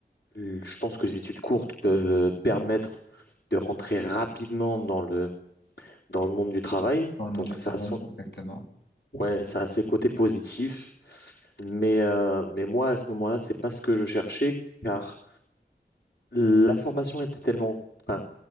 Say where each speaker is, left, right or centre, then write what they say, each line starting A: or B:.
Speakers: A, on the left (about 70°); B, on the left (about 85°).
A: Je pense que les études courtes peuvent euh, permettre de rentrer rapidement dans le, dans le monde du travail.
B: Dans le monde
A: Donc
B: du
A: ça
B: travail,
A: a Ouais. son-
B: exactement.
A: ouais, ça a ses côtés positifs. Mais, euh, mais moi, à ce moment-là, c'est pas ce que je cherchais, car la formation était tellement... Enfin,